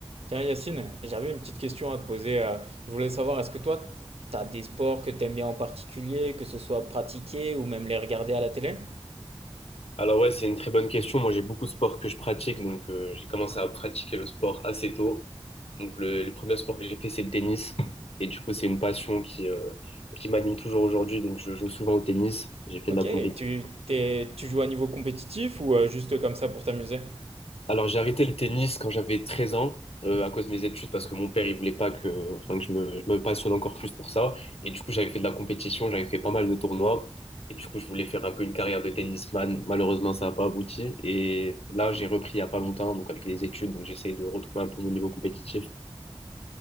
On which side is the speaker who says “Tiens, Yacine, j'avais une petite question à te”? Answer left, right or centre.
Right